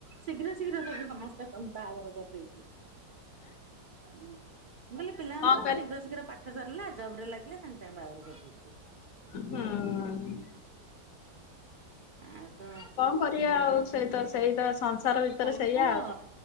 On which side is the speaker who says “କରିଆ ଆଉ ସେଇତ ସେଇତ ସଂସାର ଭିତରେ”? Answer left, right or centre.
Left